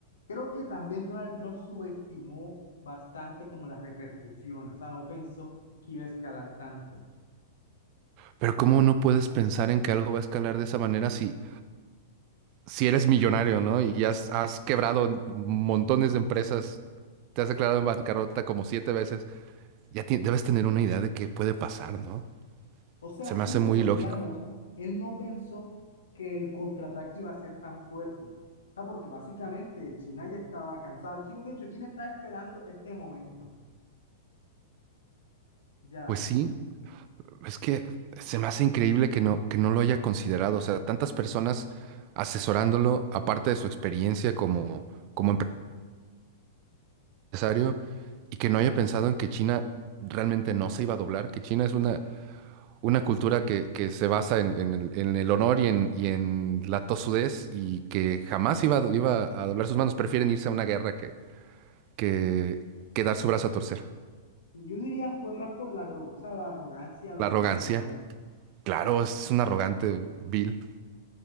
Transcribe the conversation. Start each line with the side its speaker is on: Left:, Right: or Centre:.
Left: Creo que también Donald Trump subestimó bastante como las repercusiones, o sea, no pensó que iba a escalar tanto.
Right: Pero ¿cómo no puedes pensar en que algo va a escalar de esa manera si, si eres millonario, ¿no? Y has, has quebrado montones de empresas, te has declarado en bancarrota como siete veces. Ya ti- debes tener una idea de qué puede pasar, ¿no?
Left: O sea,
Right: Se
Left: sí,
Right: me hace
Left: pero
Right: muy ilógico.
Left: digamos, él no pensó que el contraataque iba a ser tan fuerte. O sea, porque básicamente China ya estaba cansada. China, de hecho, China estaba esperando este momento. Ya,
Right: Pues sí, es que se me hace increíble que no, que no lo haya considerado. O sea, tantas personas asesorándolo, aparte de su experiencia como, como empresario, y que no haya pensado en que China realmente no se iba a doblar, que China es una, una cultura que, que se basa en, en el, en el honor y en, y en la tozudez y que jamás iba, a do- iba a doblar sus manos. Prefieren irse a una guerra que, que, que dar su brazo a torcer.
Left: yo diría fue más por la, arro- o sea, la arrogancia lo
Right: La arrogancia,
Left: le ganó.
Right: claro, es un arrogante, vil.